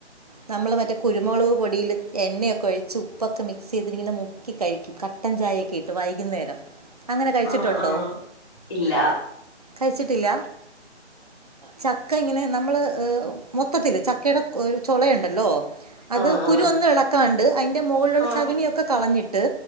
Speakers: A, on the right; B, on the left.
A: ട്ട്നമ്മൾ മറ്റേ കുരുമുളക് പൊടിയില് എണ്ണയൊക്കെ ഒഴി ച ഉപ്പൊക്കെ മിക്സ് ചെയ്തിങ്ങനെ മുക്കി കഴിക്കും കട്ടൻ ചായക്കെ ഇട്ട് വൈകുന്നേരം അങ്ങനെ കഴിച്ചിട്ടുണ്ടോ
B: ആ ആ ഇല്ല
A: കഴിച്ചിട്ടില്ല ചക്ക ഇങ്ങനെ നമ്മള് മൊത്തത്തില് ചക്കയുടെ ചൊളയുണ്ടല്ലോ അത്
B: ആ
A: കുരു
B: ആ
A: ഒന്ന് ഇളക്കാണ്ട് അതിൻ്റെ മുകളിലുള്ള
B: ആ
A: ചകണിയൊക്കെ കളഞ്ഞിട്ട്